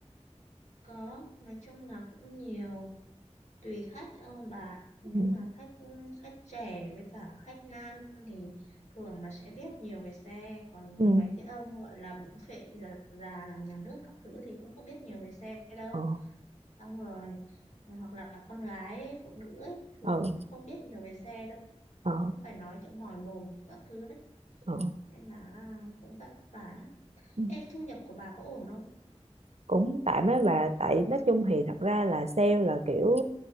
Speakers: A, on the left; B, on the right.
A: có nói chung là cũng nhiều tùy khách ờ, bà nếu
B: Ừ.
A: mà khách ừ, khách trẻ với cả khách nam thì thường là sẽ biết nhiều về xe còn
B: Ừ.
A: mấy cái ông gọi là bụng phệ già già làm nhà nước các thứ thì cũng không biết nhiều về xe đâu
B: Ờ.
A: xong rồi ờ, hoặc là con gái ấy, phụ nữ ấy, thường
B: Ờ.
A: cũng không biết nhiều về xe đâu
B: Ờ.
A: cũng phải nói cho mỏi mồm các thứ đấy
B: Ờ.
A: nên là cũng vất vả lắm.
B: Ừ.
A: Ê, thu nhập của bà có ổn không?
B: cũng tạm á bà tại nói chung thì thật ra là sale là kiểu